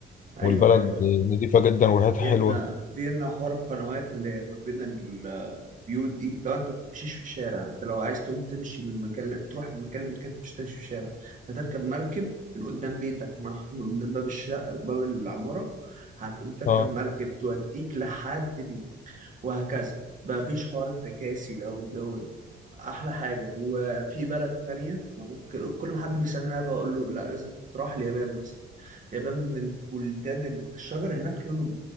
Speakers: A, on the right; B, on the left.
A: ايوه
B: والبلد
A: ايوه
B: آه، نظيفة جدا وريحتها
A: فيينا
B: حلوة
A: فيينا حوار القنوات اللي هي ما بين البيوت دي لو انت ما بتمشيش في الشارع انت لو عايز تقوم تمشي من مكان تروح من مكان لمكان انت مش هتمشي في الشارع هتركب مركب من قدام بيتك من حرف من قدام باب الشقه باب العماره هتقوم تركب
B: اه
A: مركب توديك لحد بيتك وهكذا ما فيش حوار التكاسي ده والجو ده احلى حاجه وفي بلد تانية انا ممكن كل ما حد بيسالني انا بقول له لا لازم تروح اليابان مثلا اليابان من البلدان ال- الشجر هناك لونه